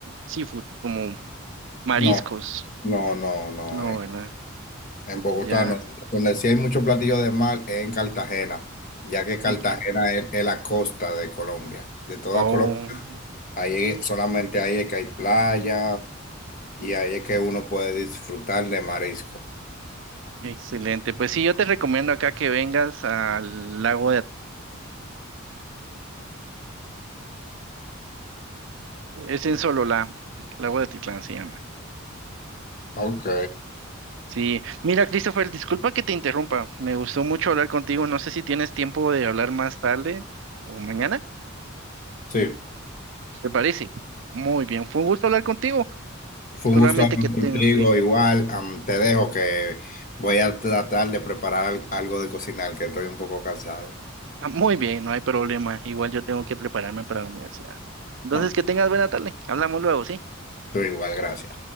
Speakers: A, on the right (about 60°); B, on the left (about 40°).
A: seafood, como mariscos.
B: No, no, no, no,
A: No,
B: eh,
A: ¿verdad?
B: En Bogotá
A: Ya.
B: no. Donde sí hay muchos platillos de mar es en Cartagena, ya que Cartagena
A: Mm,
B: es, es la costa de Colombia, de toda
A: Oh.
B: Colombia. Ahí, es- solamente ahí es que hay playa y ahí es que uno puede disfrutar de marisco.
A: Excelente. Pues sí, yo te recomiendo acá que vengas al lago de... At- Es en Sololá, lago de Atitlán se llama.
B: Ok,
A: Sí, mira, Christopher, disculpa que te interrumpa. Me gustó mucho hablar contigo. No sé si tienes tiempo de hablar más tarde o mañana,
B: sí,
A: ¿te parece? Muy bien, fue un gusto hablar contigo.
B: fue
A: Solamente
B: un gusto hablar
A: que tengo
B: contigo.
A: que...
B: Igual, am, te dejo que voy a tratar de preparar algo de cocinar, que estoy un poco cansado.
A: Ah, muy bien, no hay problema. Igual yo tengo que prepararme para la universidad. Entonces,
B: Ok,
A: que tengas buena tarde. Hablamos luego, ¿sí?
B: tú igual, gracias.